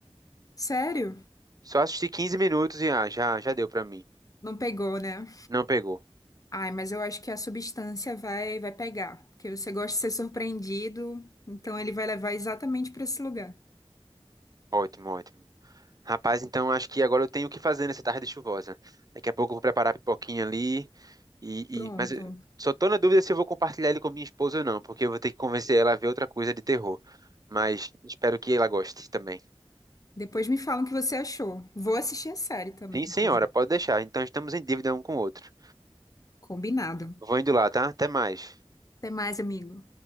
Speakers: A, on the left; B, on the right.
A: Sério?
B: Só assisti 15 minutos e ah, já, já deu pra mim.
A: Não pegou, né?
B: Não pegou.
A: Ai, mas eu acho que a substância vai vai pegar, porque você gosta de ser surpreendido, então ele vai levar exatamente pra esse lugar.
B: Ótimo, ótimo. Rapaz, então acho que agora eu tenho o que fazer nessa tarde chuvosa. Daqui a pouco eu vou preparar a pipoquinha ali. E,
A: Pronto.
B: e- Mas eu só tô na dúvida se eu vou compartilhar ele com minha esposa ou não, porque eu vou ter que convencer ela a ver outra coisa de terror. Mas espero que ela goste também.
A: Depois me falam o que você achou. Vou assistir a série também,
B: Sim, senhora,
A: inclusive.
B: pode deixar. Então estamos em dívida um com o outro.
A: Combinado.
B: Vou indo lá, tá? Até mais.
A: Até mais, amigo.